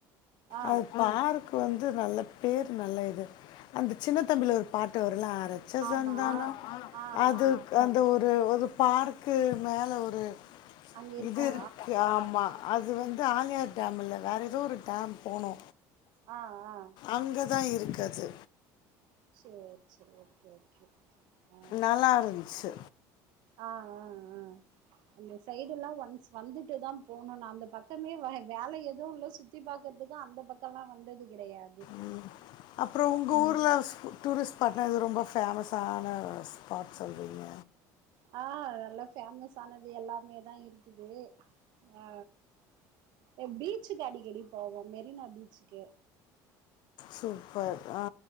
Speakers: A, on the right; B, on the left.
A: ஆ
B: அது பார்க் வந்து நல்ல பேர் நல்ல இது அந்த சின்ன தம்பில ஒரு பாட்டு வரும்ல ஆரச்ச அரச்ச சந்தனம்
A: ஆமா ஆ
B: அது
A: ஆ
B: அந்த ஒரு ஒரு பார்க்கு மேல ஒரு
A: அங்க இருக்கா
B: இது இருக்குது ஆமா அது வந்து ஆலியார் டேமில் வேற ஏதோ ஒரு டேம் போனோ
A: ஆ ஆ
B: அங்கதா இருக்கு அது
A: சேர் சேரி ஓகே ஓகே ஆ
B: நல்லா இருந்துச்சு
A: ஆ ஆ ஆ அந்த சைடு எல்லா ஒன்ஸ் வந்துட்டு தா போகணும் நா அந்த பக்கமே வ வேல எதுவும் இல்ல சுத்தி பாக்கறதுக்கு அந்த பக்கலா வந்தது கிடையாது
B: ம் அப்பற உங்க ஊர் ருளா டூரிஸ்ட் பாட்னா எது ரொம்ப ஃபேமஸான ஸ்பாட் சொல்வீங்க
A: ஆ நல்ல பேஃபேமஸ் ஆனது எல்லாமே தா இருக்குது ஆ ஏ பீச்சுக்கு அடிக்கடி போவோ மெரினா பீச்சுக்கு
B: சூப்பர் ஆ